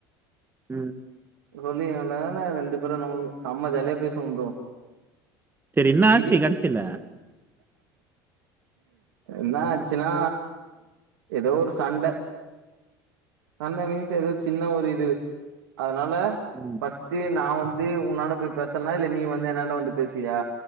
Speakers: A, on the right (about 20°); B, on the right (about 85°).
A: ம்
B: சொல்லிக்கெல நானா ரெண்டு பேரு <unintelligible> நம்ம செம்ம ஜாலியா பேசுவோம் ப்ரோ
A: சரி என்ன ஆச்சு
B: இது
A: கடைசில?
B: என்னாச்சுன்னா ஏதோ ஒரு சண்ட சண்ட மீன்ஸ் ஏதோ சின்ன ஒரு இது அ த்னால
A: ம்.
B: ஃபஸ்ட்டு நா வந்து உன்னாண்ட போய் பேசற்னா இல்ல நீ வந்து என்னாண்ட வந்து பேசுவியா